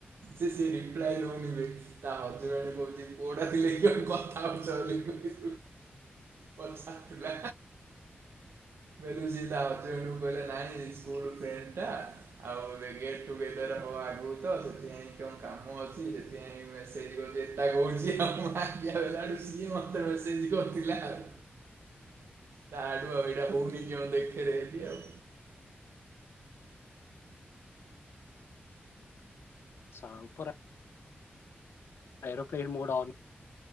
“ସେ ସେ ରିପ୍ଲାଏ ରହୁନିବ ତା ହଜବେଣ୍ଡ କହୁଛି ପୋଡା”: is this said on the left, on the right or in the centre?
Right